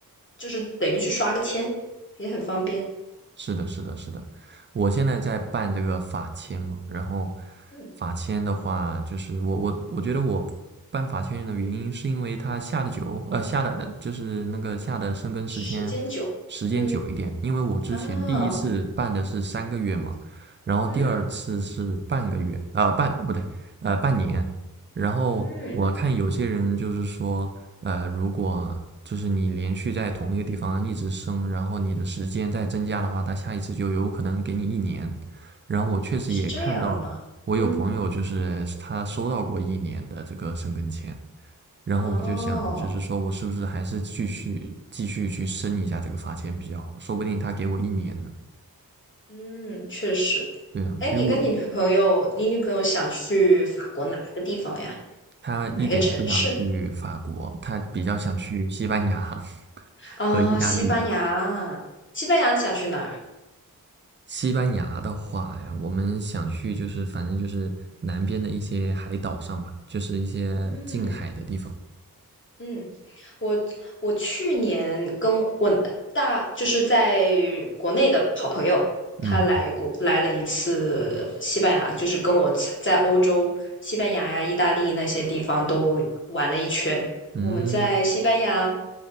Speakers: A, on the left; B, on the right.
A: 就是等于去刷个签，也很方便。
B: 是的，是的，是的，我现在在办这个法签嘛，然后
A: 嗯，
B: 法签的话，就是我我我觉得我办法签的原因是因为它下的久，呃，下的就是那个下的生根时间
A: 时间久，
B: 时间久一点，
A: 嗯
B: 因为我之前第一次办的是三个月嘛，
A: 啊，
B: 然后第二次是半个月，
A: 嗯
B: 呃，半不对，呃，半年，然后我看有些人就是说，
A: 嗯，
B: 呃，如果就是你连续在同一个地方一直升，然后你的时间再增加的话，他下一次就有可能给你一年。然后我确实也看到，
A: 是这样的吗？
B: 我有朋友就是他收到过一年的这个申根签，
A: 嗯，
B: 然后我就想，
A: 哦。
B: 就是说我是不是还是继续继续去申一下这个法签比较好，说不定他给我一年呢。
A: 嗯，确实。
B: 对啊，
A: 哎，你跟你女朋友，
B: 如果
A: 你女朋友想去法国哪个地方呀？
B: 他一点都不想去法国，
A: 哪个城市？
B: 他比较想去西班牙 <laughs>
A: 啊、
B: 和意大利。
A: 西班牙。西班牙你想去哪儿？
B: 西班牙的话呀，我们想去就是反正就是南边的一些海岛上吧，就是一些近海的地方。
A: 嗯嗯，我我去年跟我大就是在国内的好朋友，他来过来了一次西班牙，
B: 嗯
A: 就是跟我在在欧洲西班牙呀、意大利那些地方都玩了一圈。
B: 嗯
A: 我们在西班牙。